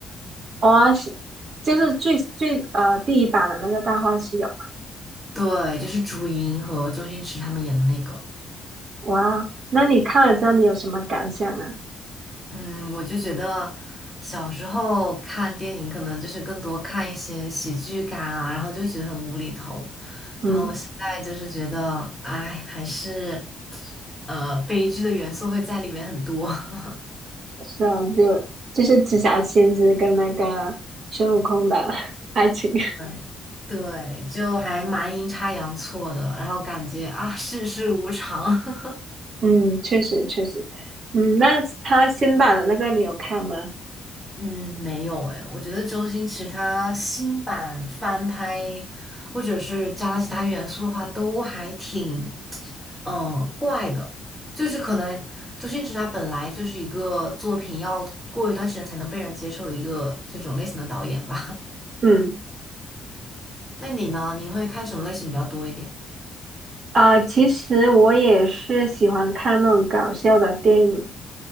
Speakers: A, on the right; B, in the centre.
A: 哇、是就是最最呃第一版的那个《大话西游》嘛。
B: 对，就是朱茵和周星驰他们演的那个。
A: 哇，那你看了之后你有什么感想啊？
B: 嗯，我就觉得小时候看电影可能就是更多看一些喜剧感啊，然后就觉得很无厘头，
A: 嗯，
B: 然后现在就是觉得，哎，还是呃悲剧的元素会在里面很多。<laughs>
A: 是啊，就就是紫霞仙子跟那个孙悟空的 <laughs> 爱情。
B: 对，对，就还蛮阴差阳错的，然后感觉啊，世事无常。<laughs>
A: <laughs> 嗯，确实确实。嗯，那他新版的那个你有看吗？
B: 嗯，没有诶，我觉得周星驰他新版翻拍，或者是加了其他元素的话，都还挺，嗯，怪的。就是可能周星驰他本来就是一个作品要过一段时间才能被人接受的一个这种类型的导演吧。
A: 嗯，
B: <laughs> 那你呢？你会看什么类型比较多一点
A: 啊、其实我也是喜欢看那种搞笑的电影，